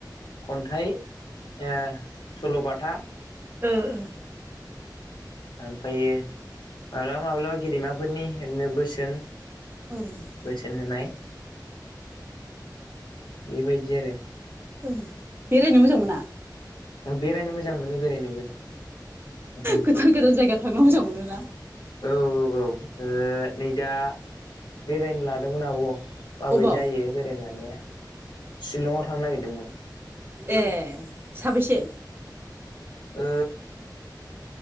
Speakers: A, on the left; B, on the right.
A: खन्थाइ ओ सल'बाथा
B: ओ ओ।
A: ओमफ्रायो माब्लाबा माब्लाबा गेदेमाफोरनि ओरैनो बोसोन।
B: औ औ
A: बोसोन होनाय। बेबायदि आरो।
B: ओं। बेरायनो मोजां मोना?
A: बेरायनो मोजां मोनो। बेरायनोबो ओं।
B: गोदान गोदान जायगा थांनो मोजां मोनोना
A: औ औ औ ओ नै दा बेरायनो लादोंमोन आब' माबोरै
B: अबाव
A: जायो बेरायनो लांनाया शिलंआव थांनो नागिरदोंमोन।
B: ए साबेसे?
A: ओ